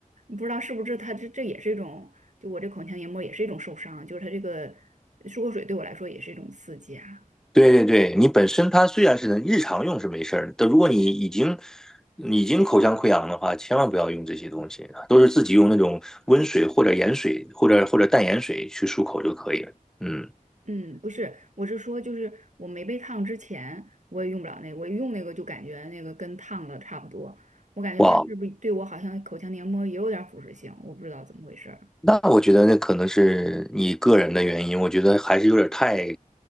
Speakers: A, on the right; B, in the centre.
A: 不知道是不是它这这也是一种，就我这口腔黏膜也是一种受伤，就是它这个漱口水对我来说也是一种刺激啊。
B: 对对对，你本身它虽然是能日常用是没事儿的，但如果你已经已经口腔溃疡的话，千万不要用这些东西啊，都是自己用那种温水或者盐水或者或者淡盐水去漱口就可以了。嗯，
A: 嗯，不是，我是说，就是我没被烫之前，我也用不了那个，我一用那个就感觉那个跟烫的差不多，我感觉它是不是对我好像口腔黏膜也有点儿腐蚀性，
B: 哇，
A: 我不知道怎么回事。
B: 那我觉得那可能是你个人的原因，我觉得还是有点太